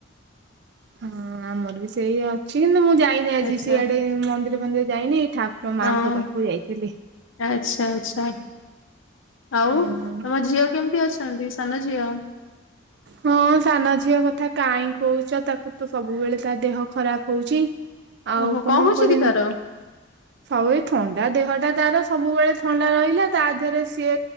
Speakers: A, on the right (about 55°); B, on the left (about 75°).
A: ହଁ ଆମର ବି ସେଇ ଅଛି କିନ୍ତୁ ମୁଁ ଯାଇନି ଆଜି
B: ହଁ ଆଚ୍ଛା
A: ସିଆଡେ ମନ୍ଦିର ଫନ୍ଦିର ଯାଇନି। ଠାକୁର ମାଆଙ୍କ
B: ହଁ
A: ପାଖକୁ ଯାଇଥିଲି।
B: ଆଚ୍ଛା ଆଚ୍ଛା। ଆଉ
A: ହଁ
B: ତମ ଝିଅ କେମିତି ଅଛନ୍ତି ସାନ ଝିଅ?
A: ହଁ ସାନ ଝିଅ କଥା କାହିଁ କହୁଛ ତାକୁ ତ ସବୁବେଳେ ତା ଦେହ ଖରାପ। କଉଛି ଆଉ
B: ଓହୋ
A: କଣ
B: ହଉଛି
A: କରିବି।
B: କି ତାର?
A: ସବୁ ଥଣ୍ଡା ଦେହଟା ତାର ସବୁବେଳେ ଥଣ୍ଡା ରହିଲା ତା ଦେହରେ ସିଏ